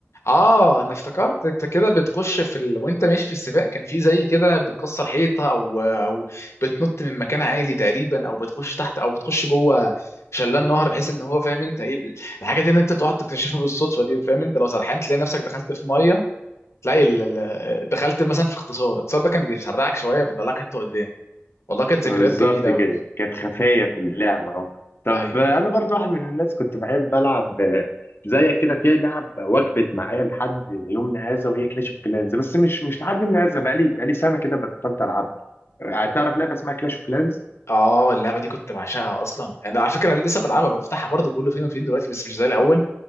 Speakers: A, on the left; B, on the left.
A: اه انا افتكرت انت كده بتخش في ال... وانت ماشي في السباق كان في زي كده بتكسر حيطه او او بتنط من مكان عالي تقريبا او بتخش تحت او بتخش جوه شلال نهر بحيث ان هو فاهم انت ايه ب- الحاجه دي ان انت تقعد تكتشفها بالصدفه دي فاهم انت لو سرحان تلاقي نفسك دخلت في ميه تلاقي ال... ال- دخلت مثلا في اختصار الاختصار ده كان بيسرعك شويه بيطلعك حته قدام والله كانت ذكريات
B: ما بالظبط
A: جميله
B: كده
A: قوي
B: كانت خفاية في اللعبة اه طب
A: ايوه
B: آه،
A: ايوه
B: أنا برضو واحد من الناس كنت بحب ألعب آه، زيك كده في لعب وجبت معايا لحد يومنا هذا وهي كلاش اوف كلانز بس مش مش لحد يومنا هذا بقالي بقالي سنة كده بطلت ألعب آه، تعرف لعبة اسمها كلاش اوف كلانز
A: اه اللعبه دي كنت بعشقها اصلا انا على فكره لسه بلعبها بفتحها برضه كله فين وفين دلوقتي بس مش زي الاول